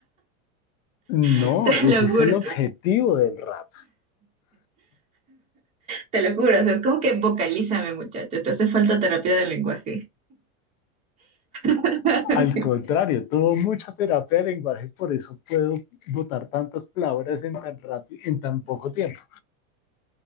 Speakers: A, on the left; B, on the right.
A: No,
B: <laughs> Te
A: ese
B: lo
A: es
B: juro,
A: el objetivo del rap.
B: te lo juro. O sea, es como que vocalízame, muchacho. Te hace falta terapia del lenguaje. <laughs>
A: Al contrario, tuvo mucha terapia de lenguaje, por eso puedo botar tantas palabras en tan rápido, en tan poco tiempo.